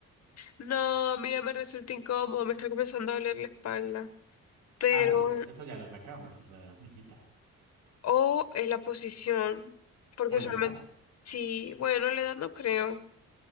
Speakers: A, on the left; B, on the right.
A: No, a mí ya me resulta incómodo, me está comenzando a doler la espalda. Pero,
B: Ah, pero eso, eso ya no es la cama, eso es la edad, mijita.
A: o es la posición, porque
B: O
A: usualmente,
B: la edad,
A: sí, bueno, la edad no creo.